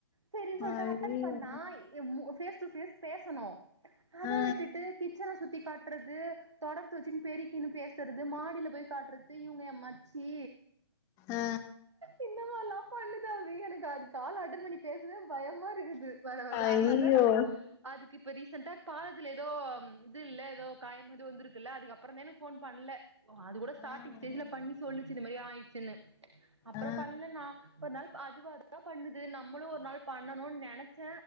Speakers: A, on the right; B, on the left.
A: செரின் சொல்ட்டு
B: ஐயய்யோ
A: அட்டன் பண்ணா என் மூ ஃபேஸ் டு ஃபேஸ் பேசணு அத
B: ஆ
A: விட்டுட்டு கிச்சன் லா சுத்தி காட்றது தொடப்த்த வெச்சுனு பெருக்கின்னு பேசறது மாடில போய் காட்றது இவுங்க என் மச்சி
B: ஆ
A: இ இந்த மார்ல்லா பண்ணுது அபி எனக்கு அது கால் அட்டன் பண்ணி பேசவே பயமாருகுது வர வர
B: ஐயய்யோ
A: அதனால்தா நாஅதுக்கு இப்ப ரீசன்ட்டா பாத் துல எதோ ம் இது இல்ல எதோ காயமோ எதோ வந்துருக்குல்ல அதுக்கப்றந்தா எனக்கு ஃபோன் பண்ல ஓ அது கூட ஸ்டாட்டிங்
B: ஆ ஆ
A: ஸ்டேஜ்ல பண்ணி சொல்லிச்சு இது மாதிரி ஆயிச்சினு அப்றோ
B: ஆ ஆ
A: பண்ண நா ஒரு நாள் அதுவா தா பண்ணுது நம்முளு ஒரு நாள் பண்ணணூன் நெனைச்ச